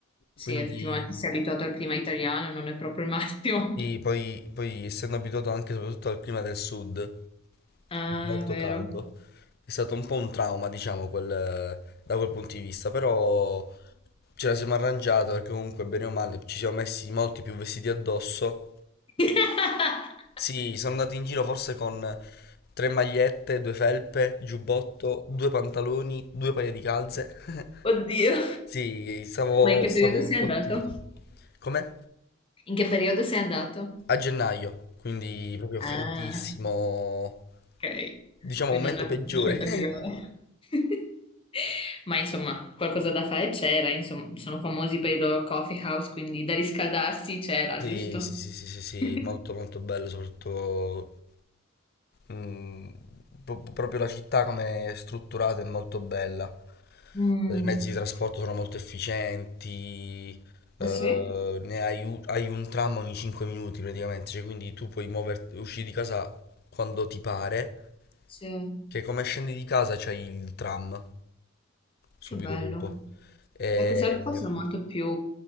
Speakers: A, on the left (about 25°); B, on the left (about 50°).
A: sì,
B: quindi...
A: effettivamente sei abituato al clima italiano, non è proprio il massimo.
B: Sì,
A: <laughs>
B: poi, poi essendo abituato anche soprattutto al clima del sud,
A: Ah,
B: molto
A: è vero.
B: caldo, è stato un po' un trauma, diciamo, quel- da quel punto di vista, però ce la siamo arrangiata perché comunque bene o male ci siamo messi molti più vestiti addosso.
A: <laughs>
B: Sì, sono andato in giro forse con tre magliette, due felpe, giubbotto, due pantaloni, due paia di calze. <laughs>
A: Oddio.
B: Sì, stavo,
A: Ma in che
B: stavo
A: periodo sei
B: imbottito.
A: andato?
B: Com'è?
A: In che periodo sei andato?
B: A gennaio, quindi proprio
A: Ah,
B: freddissimo,
A: ok.
B: diciamo
A: Qui
B: momento
A: non è proprio
B: peggiore.
A: la scelta migliore.
B: <laughs>
A: <laughs> Ma insomma, qualcosa da fare c'era, insomma, sono famosi per i loro coffee house, quindi da riscaldarsi c'era,
B: Sì,
A: giusto?
B: sì, sì, sì, sì, sì,
A: <laughs>
B: molto molto bello, soprattutto mm, pro- proprio la città come è strutturata è molto bella.
A: Mm.
B: I mezzi di trasporto sono molto efficienti, eh,
A: Ah sì?
B: ne hai, u- hai un tram ogni 5 minuti praticamente, cioè, quindi tu puoi muoverti, uscire di casa quando ti pare,
A: Sì.
B: che come scendi di casa c'hai il tram. subito
A: Che bello.
B: dopo. E-
A: E pensavo che fossero molto più,